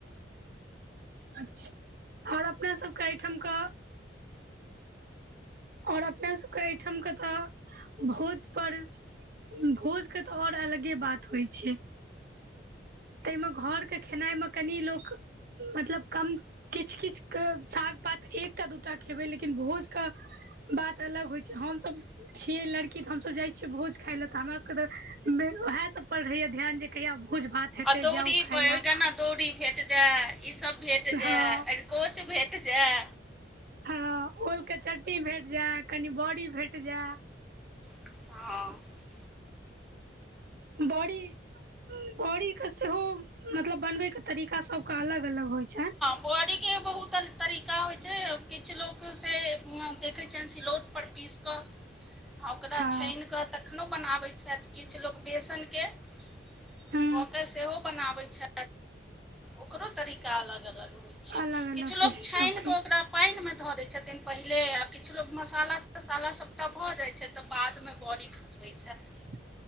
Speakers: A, on the right; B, in the centre.
A: अच्छा अओर अपना सबके अइठामकऽ। अओर अपनासबके अइठामके तऽ भोज पर। भोजके तऽ अओर अलगे बात होइ छै। तैइमे घरके खेनाइमे कनि लोक। मतलब कम किछ किछ केँ साग पात एकटा दूटा खेबै लेकिन भोज केँ। बात अलग होइ छै हमसब छियै लड़की तऽ हमसब जाइ छियै भोज। खाय लय त हमरा सबके मेन उएह सब पर रहैया ध्यान जे कहिया भोज भात। हेतै
B: अदौरी
A: जाउ खाय
B: बैगन
A: लए
B: अदौरी। भेट जाय ईसब भेट
A: हँ
B: जाय अरिकोच भेट जाय।
A: हँ ओलके चट्नी भेट जाय कनि बॉरी भेट जाय।
B: हँ।
A: बॅड़ी बॅड़ीके सेहो मतलब बनबैके तरीका सबके अलग अलग होइ छनि।
B: बॅड़ीक के बहुत तरीका होइ छै किछु लोक से देखै छियनि सिलौट। पर पीस क आ ओकरा
A: हँ
B: छानिकऽ तक अखनो बनाबैत छथि किछु लोक बेसन के सेहो
A: हँ
B: कऽ के सेहो बनाबैत छथि। ओकरो तरीका अलग अलग होइ छै
A: अलग अलग
B: किछु लोक
A: होइ छै
B: छानि
A: सबके
B: कऽ ओकरा पानिमे धऽ दै छथिन पहिले आ किछु लोक मसाला तसाला सभटा भऽ जाइ छै तऽ बादमे बॅड़ी खसबै छथि।
A: ह